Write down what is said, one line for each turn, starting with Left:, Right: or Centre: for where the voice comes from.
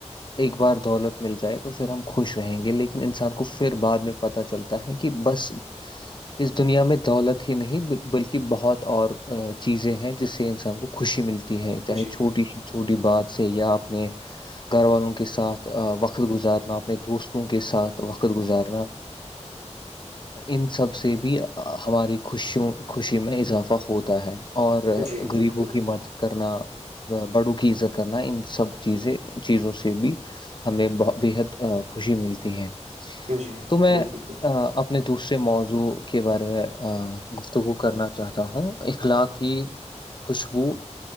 Left: ایک بار دولت مل جائے تو پھر ہم خوش رہیں گے لیکن انسان کو پھر بعد میں پتا چلتا ہے کہ بس اس دنیا میں دولت ہی نہیں بلکہ بہت اور چیزیں ہیں جس سے انسان کو خوشی ملتی ہے چاہے
Right: جی
Left: چھوٹی سی چھوٹی بات سے یا اپنے گھر والوں کے ساتھ وقت گزارنا اپنے دوستوں کے ساتھ وقت گزارنا ان سب سے بھی ہماری خوشیوں خوشی میں اضافہ ہوتا ہے اور
Right: جی
Left: گغریبوں
Right: بالکل
Left: کی مدد کرنا بڑو کی عزت کرنا ان سب چیزیں چیزوں سے بھی ہمیں بت بےحد خوشی ملتی ہے
Right: جی
Left: تو میں
Right: بالکل
Left: اپنے دوسرے موضوع کے بارے میں گفتگو کرنا چاہتا ہوں اخلاق کی خوشبو